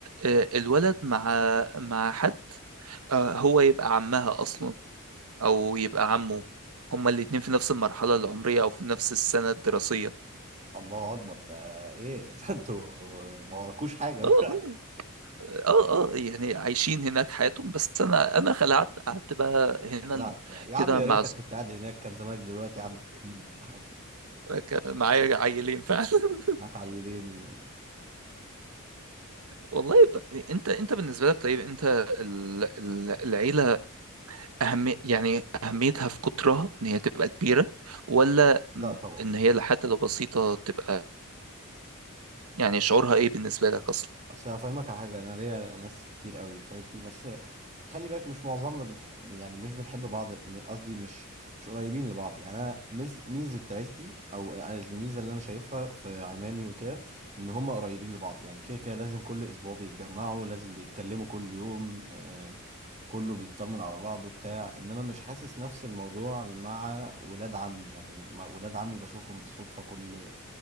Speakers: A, on the right (about 85°); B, on the right (about 35°).
A: آه، الولد مع مع حد آه، هو يبقى عمها أصلا أو يبقى عمه هما الاتنين في نفس المرحلة العمرية أو في نفس السنة الدراسية
B: الله اكبر ده ايه <laughs> ده انتوا ما وراكوش حاجه
A: اه
B: <laughs>
A: اه اه آه، يعني عايشين هناك حياتهم بس انا انا خلعت قعدت بقى هنا
B: خلعت
A: ال-
B: فيها يا عم
A: كده
B: يا
A: مع
B: ريتك كنت قاعد هناك كان زمانك دلوقتي عندك اتنين ولا حاجه
A: كان معايا عيلين فعلا <laughs>
B: معاك عيلين و...
A: والله ب... انت انت بالنسبه لك طيب انت ال... ال- العيله اهم يعني اهميتها في قطرها ان هي تبقى كبيره ولا
B: لا طبعا
A: ان هي حتى لو بسيطه تبقى يعني شعورها ايه بالنسبه لك اصلا
B: اصل هفهمك على حاجه انا ليا ناس كتير قوي في عيلتي بس خلي بالك مش معظمنا بنح... يعني مش بنحب بعض م- قصدي مش مش قريبين لبعض يعني انا ميز... ميزه عيلتي او الميزه اللي انا شايفها في عمامي وكده ان هم قريبين لبعض يعني كده كده لازم كل اسبوع بيتجمعوا لازم بيتكلموا كل يوم آه... كله بيطمن على بعضه بتاع انما مش حاسس نفس الموضوع مع ولاد عمي يعني مع ولاد عمي بشوفهم بالصدفه كل